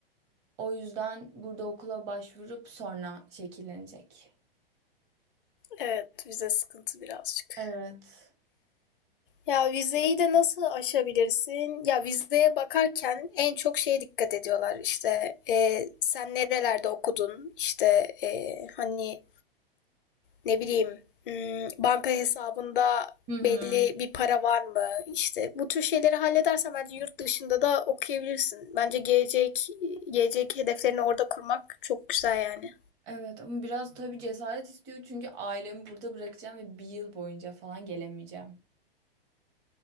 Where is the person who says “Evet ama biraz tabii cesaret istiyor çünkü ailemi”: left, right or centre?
Right